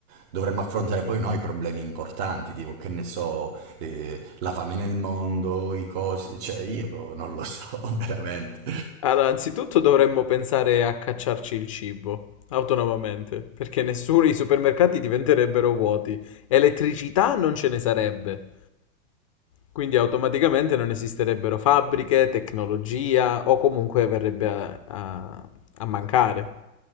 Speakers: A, on the right; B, on the left.
A: dovremmo affrontare poi noi problemi importanti, tipo che ne so, eh, la fame nel mondo, i cose, cioè io non lo so <laughs> veramente.
B: Allora, anzitutto dovremmo pensare a cacciarci il cibo autonomamente, perché nessuno i supermercati diventerebbero vuoti, elettricità non ce ne sarebbe. Quindi automaticamente non esisterebbero fabbriche, tecnologia o comunque verrebbe a, a- a mancare.